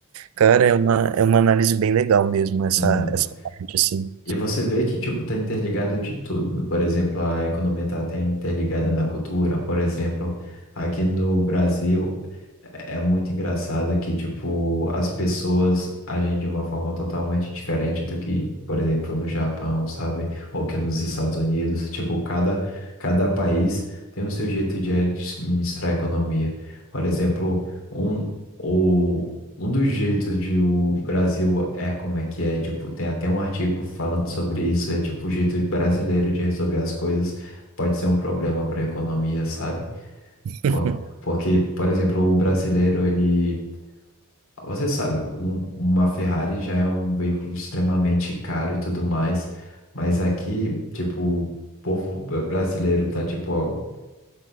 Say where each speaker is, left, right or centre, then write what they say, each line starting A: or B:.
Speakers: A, on the right; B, on the left.
A: Cara, é uma, é uma análise bem legal mesmo, essa,
B: Exato.
A: essa parte, assim.
B: E você vê que, tipo, tá interligado de tudo. né? Por exemplo, a economia tá até interligada na cultura. Por exemplo, aqui no Brasil, é é muito engraçado que, tipo, as pessoas agem de uma forma totalmente diferente do que, por exemplo, no Japão, sabe? Ou que nos Estados Unidos. Tipo, cada, cada país tem o seu jeito de administrar a economia. Por exemplo, um, o, um dos jeitos de o Brasil é como é que é, tipo, tem até um artigo falando sobre isso, é tipo, o jeito brasileiro de resolver as coisas pode ser um problema para a economia, sabe?
A: <laughs>
B: Pô, Porque, por exemplo, o brasileiro, ele. Você sabe, um- uma Ferrari já é um veículo extremamente caro e tudo mais, mas aqui, tipo, o povo bra- brasileiro tá, tipo,